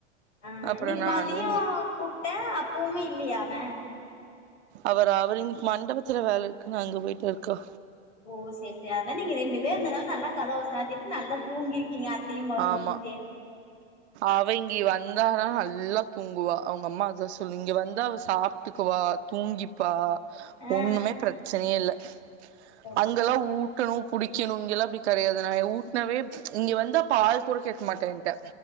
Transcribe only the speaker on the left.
ஆ
இன்னிக்கு மதியம்
கூப்ட்டே அப்வுமே இல்லியா அவே
ஓ செரி செரி அதனா நீங்க ரெண்டு பேர் இருந்தனால நல்லா கதவ சாத்திட்டு நல்லா தூங்கிருக்கீங்க அத்தையு மருமகளு
சேந்து
ஆ ஆ
ஓ